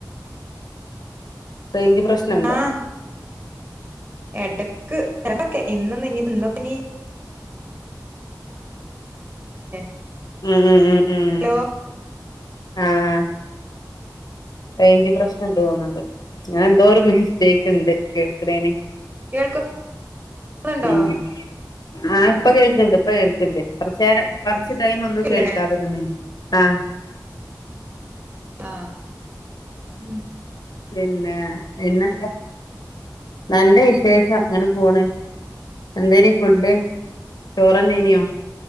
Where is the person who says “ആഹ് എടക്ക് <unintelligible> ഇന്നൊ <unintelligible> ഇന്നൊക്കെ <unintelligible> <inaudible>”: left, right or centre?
Right